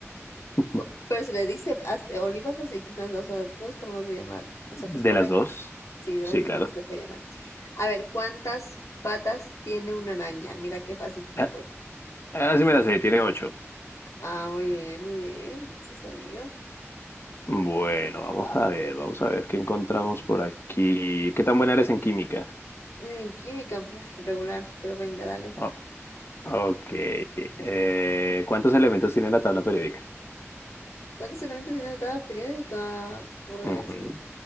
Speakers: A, on the left (about 50°); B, on the left (about 80°).
A: <laughs>
B: Cu- Pero se le dice as- olivas o aceitunas, o sea, dos formas de llamar. O
A: ¿De
B: sea, que es correcto.
A: las dos?
B: Sí, de
A: Sí,
B: las dos
A: claro.
B: formas se le puede llamar. A ver, ¿cuántas patas tiene una araña? Mira qué fácil se
A: Ah,
B: le puede.
A: ah, sí me la sé, tiene ocho.
B: Ah, muy bien, muy bien. Sí, has sabido.
A: Bueno, vamos a ver, vamos a ver qué encontramos por aquí. ¿Qué tan buena eres en química?
B: En química, uf, regular, pero venga, dale.
A: Oh, ok. Eh, ¿cuántos elementos tiene la tabla periódica?
B: ¿Cuántos elementos tiene la tabla periódica? Pues
A: Ujú.